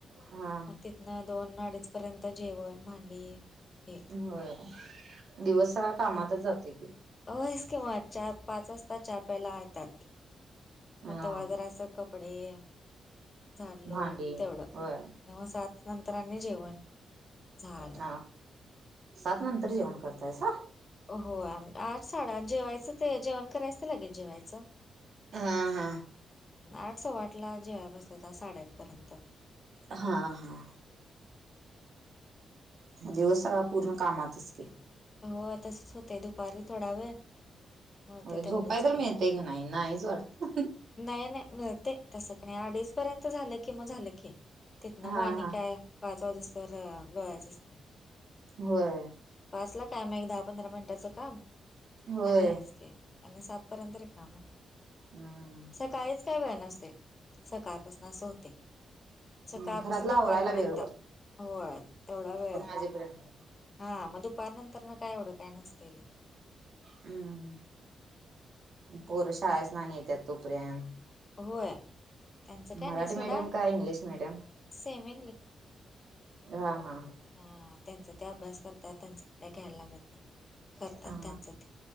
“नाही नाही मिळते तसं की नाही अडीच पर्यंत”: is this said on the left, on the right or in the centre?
Left